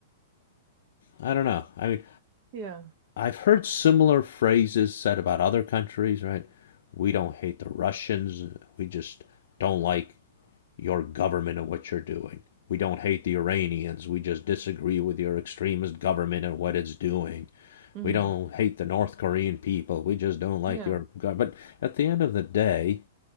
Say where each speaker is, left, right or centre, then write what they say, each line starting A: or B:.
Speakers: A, on the left; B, on the right.
A: I don't know. I mean,
B: Yeah.
A: I've heard similar phrases said about other countries, right? We don't hate the Russians. We just don't like your government and what you're doing. We don't hate the Iranians. We just disagree with your extremist government and what it's doing.
B: hmm
A: We don't hate the North Korean people. We just don't like
B: Yeah.
A: your government. But at the end of the day,